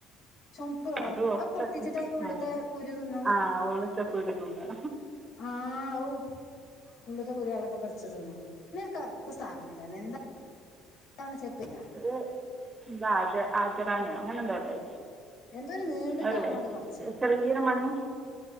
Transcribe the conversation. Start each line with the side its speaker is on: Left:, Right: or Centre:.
Left: ചുമപ്പ് കളർ
Right: അതും ഒക്കെ
Left: അത് പൊട്ടിച്ചിട്ട് അതിന്റെ ഉള്ളിത്തെ
Right: ആഹ്,
Left: കുരു തിന്നും
Right: ആഹ് ഉള്ള്ത്തെ കുരും തിന്നാ.
Left: ആഹ ഔ ഉള്ളത്തെ കുരൊളൊക്കെ പറിച്ച് തിന്നാ പിന്നെരു കറുത്ത സാധനം ഉണ്ടായിരുന്നു എന്താ അതാണ് ചെലപ്പില്ല
Right: ഒര് ന്താ ആജ ആജറാണ്യോ അങ്ങനെന്തോ അല്ലേ.
Left: എന്തോ ഒരു നീണ്ടിട്ടാണ്
Right: അതല്ലേ
Left: അത് കുറച്ച്
Right: ഒരു ചെറിയൊരു മണി